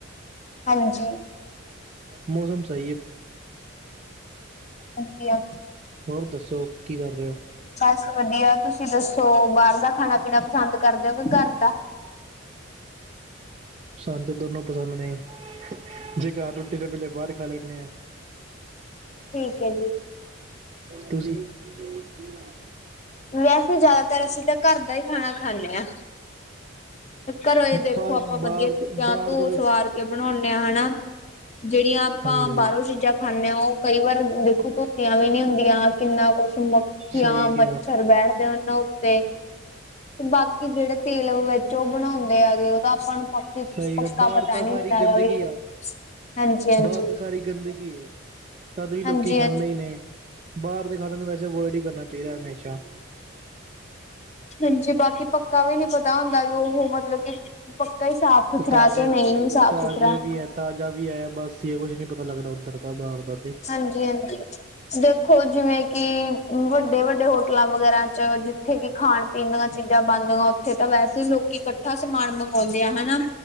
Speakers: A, on the left (about 30°); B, on the right (about 30°).
A: ਹਾਂਜੀ
B: ਮੌਸਮ ਸਹੀ ਐ।
A: ਹਾਂਜੀ-ਹਾਂਜੀ।
B: ਹੋਰ ਦੱਸੋ ਕੀ ਕਰ ਰਹੇ ਹੋ?
A: ਬਸ ਵਧੀਆ ਤੁਸੀਂ ਦੱਸੋ? ਬਾਹਰ ਖਾਣਾ ਪੀਣਾ ਪਸੰਦ ਕਰਦੇ ਹੋ ਕਿ ਘਰ ਦਾ।
B: ਸਾਨੂੰ ਤਾਂ ਦੋਨੋ ਪਸੰਦ ਨੇ ਜੇ ਪਿਆ। ਘਰ ਰੋਟੀ ਜੇ ਮੇਲੇ ਬਾਹਰ ਹੀ ਖਾ ਲੈਣੇ ਆ।
A: ਠੀਕ ਕੇ ਜੀ।
B: ਤੁਸੀ। ਨਹੀਂ ਜੀਆਂ।
A: ਵੈਸੇ ਜ਼ਿਆਦਾਤਰ ਅਸੀ ਤਾਂ ਘਰ ਦਾ ਹੀ ਖਾਣਾ ਖਾਣੇ ਹਾਂ। ਘਰੋ ਦੇਖੋ
B: ਫਾ-
A: ਆਪਾਂ
B: ਬਾਹਰ
A: ਵਧੀਆ ਚੀਜ਼ਾਂ
B: ਬਾਹਰ
A: ਧੂ
B: ਦਾ ਤੇ-
A: ਸਵਾਰ ਕੇ ਬਣਾਦੇ ਹਾਂ ਹਨਾ। ਜਿਹੜੀਆਂ ਆਪਾਂ
B: ਹਾਂਜੀ
A: ਬਾਹਰੋਂ ਚੀਜ਼ਾਂ ਖਾਂਦੇ ਹਾਂ। ਉਹ ਕਈ ਵਾਰ ਦੇਖੋ ਧੋਤੀਆਂ ਵੀ ਨੀ ਹੁੰਦੀਆਂ ਕਿੰਨਾ ਕੁਛ ਹੁੰਦਾ। ਮੱਖੀਆਂ,
B: ਸਹੀ
A: ਮੱਛਰ
B: ਕਿਹਾ
A: ਬੈਠਦੇ ਆ ਉਹਨਾਂ ਉੱਤੇ। ਤੇ ਬਾਕੀ ਜਿਹੜੇ ਤੇਲ ਵਿੱਚ ਉਹ ਬਣਾਦੇ ਆਗੇ ਉਹ ਤਾਂ ਆਪਾਂ ਨੂੰ ਪਤਾ
B: ਸਹੀ
A: ਪੱਕਾ
B: ਗਾ ਬਾਹਾਰ ਤਾਂ
A: ਨੀ
B: ਸਾਰੀ
A: ਹੁੰਦਾ ਹੈਗਾ
B: ਗੰਦਗੀ
A: ਵੀ
B: ਆ।
A: ਹਾਂਜੀ ਹਾਂਜੀ
B: ਬਾਹਰ ਤਾਂ ਸਾਰੀ ਗੰਦਗੀ ਤਦ ਵੀ ਲੋਕੀ
A: ਹਾਂਜੀ
B: ਖਾਂਦੇ
A: ਹਾਂਜੀ
B: ਹੀ ਨੇ। ਬਾਹਰ ਦੇ ਖਾਣਾ ਵੈਸੇ ਅਵੋਇਡ ਹੀ ਕਰਨਾ ਚਾਹੀਦਾ ਏ ਹਮੇਸ਼ਾ।
A: ਹਾਂਜੀ, ਬਾਕੀ ਪੱਕਾ ਵੀ ਨੀ ਪਤਾ ਹੁੰਦਾ ਉਹ ਮਤਲਬ ਕਿ ਪੱਕਾ ਹੀ ਸਾਫ਼-ਸੁਥਰਾ
B: ਤਾਜ਼ੇ
A: ਕਿ ਨਹੀਂ ਵੀ ਸਾਫ਼-ਸੁਥਰਾ।
B: ਤਾਜ਼ੇ ਵੀ ਹੈ ਤਾਜ਼ਾ ਵੀ ਆਇਆ ਬਾਸੀ ਇਹ ਕੁੱਝ ਨਹੀਂ ਪਤਾ ਲੱਗਦਾ ਉੱਧਰ ਦਾ ਬਾਹਰ ਦਾ ਤੇ।
A: ਹਾਂਜੀ-ਹਾਂਜੀ। ਦੇਖੋ ਜਿਵੇਂ ਕਿ ਵੱਡੇ-ਵੱਡੇ ਹੋਟਲਾਂ ਵਗੈਰਾ ਚ ਜਿੱਥੇ ਕਿ ਖਾਣ- ਪੀਣ ਚੀਜ਼ਾਂ ਬਣਦੀਆਂ ਉੱਥੇ ਤਾ ਵੈਸੇ ਲੋਕੀ ਇਕੱਠਾ ਸਮਾਨ ਮੰਗ ਆਉਦੇ ਆ ਹਨਾ।